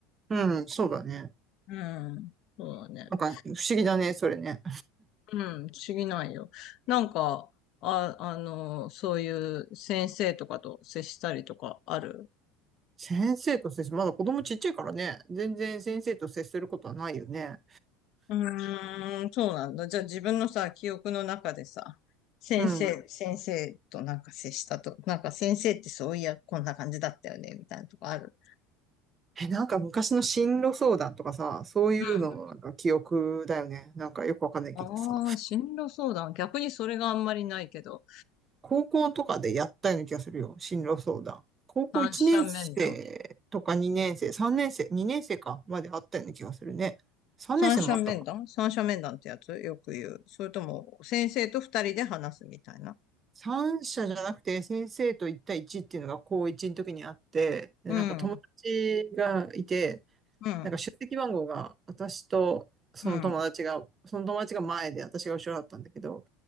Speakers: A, on the right (about 30°); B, on the left (about 50°).
A: うん、そうだね。
B: うん。そうだね。
A: なんか不思議だね、それね。
B: うん。不思議ないよ。なんか、あ、あの、そういう先生とかと接したりとかある
A: 先生と接する。まだ子供ちっちゃいからね。全然先生と接することはないよね。
B: うーん、そうなんだ。じゃあ自分のさ、記憶の中でさ、先生、
A: うん。
B: 先生となんか接したと、なんか先生ってそういや、こんな感じだったよね、みたいなとこある
A: え、なんか昔の進路相談とかさ、そういうののなんか記憶だよね。
B: う
A: なんかよくわかんないけどさ。
B: ん。ああ、進路相談。逆にそれがあんまりないけど、
A: 高校とかでやったような気がするよ。進路相談。高校1年生とか2年生、
B: 三者面談。
A: 3年生、2年生かまであったような気がするね。3年生もあったか。
B: 三者面談三者面談ってやつよく言う。それとも、先生と二人で話すみたいな。
A: 三者じゃなくて、先生と一対一っていうのが高一の時にあって、で、
B: うん、
A: なんか友達がいて、
B: うん、うん、
A: なんか出席番号が私とその友達が、
B: うん、
A: その友達が前で私が後ろだったんだけど、